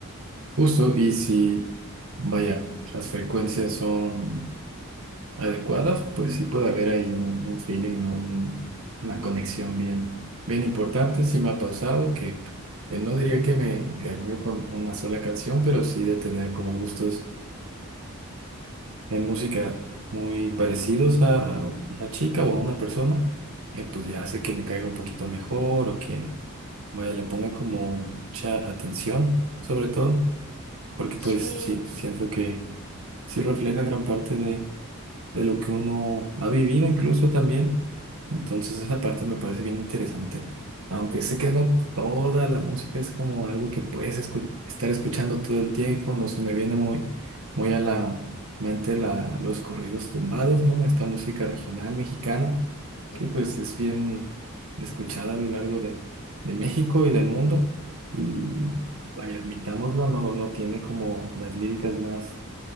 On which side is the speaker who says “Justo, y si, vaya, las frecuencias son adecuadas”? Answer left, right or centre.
Right